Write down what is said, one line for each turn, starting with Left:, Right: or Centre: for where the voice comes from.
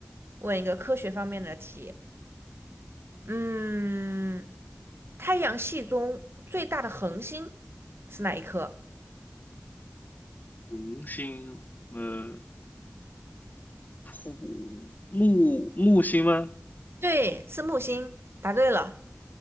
Right: 问一个科学方面的题。嗯，太阳系中最大的恒星是哪一颗？
Left: 恒星，嗯土木木星吗？
Right: 对，是木星，答对了，